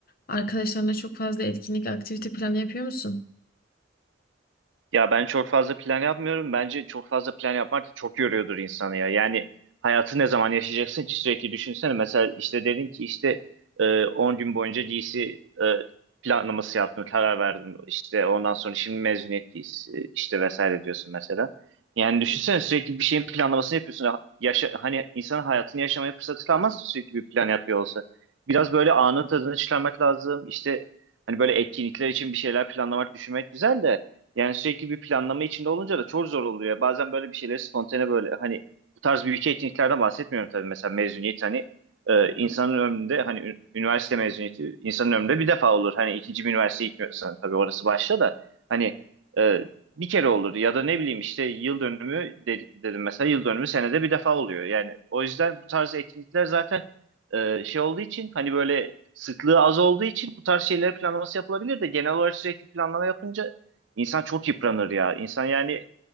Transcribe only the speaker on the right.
Ya ben çok fazla plan yapmıyorum. Bence çok fazla plan yapmak da çok yoruyordur insanı ya. Yani hayatı ne zaman yaşayacaksın ki sürekli düşünsene. Mesela işte dedin ki işte e, 10 gün boyunca giysi e, planlaması yaptın, karar verdin. İşte ondan sonra şimdi mezuniyet giysisi işte vesaire diyorsun mesela. Yani düşünsene sürekli bir şeyin planlamasını yapıyorsun. Ha- Yaşa, hani insanın hayatını yaşamaya fırsatı kalmaz sürekli bir plan yapıyor olsa. Biraz böyle anın tadını çıkarmak lazım. İşte hani böyle etkinlikler için bir şeyler planlamak, düşünmek güzel de yani sürekli bir planlama içinde olunca da çok zor oluyor. Bazen böyle bir şeyleri spontane böyle hani bu tarz büyük etkinliklerden bahsetmiyorum tabii. Mesela mezuniyet hani e, insanın ömründe hani ü- üniversite mezuniyeti insanın ömründe bir defa olur. Hani ikinci bir üniversiteye gitmiyorsan tabii orası başta da hani e, bir kere olur ya da ne bileyim işte yıl dönümü de- dedim mesela yıl dönümü senede bir defa oluyor. Yani o yüzden bu tarz etkinlikler zaten e, şey olduğu için hani böyle sıklığı az olduğu için bu tarz şeyleri planlaması yapılabilir de genel olarak sürekli planlama yapınca İnsan çok yıpranır ya. İnsan yani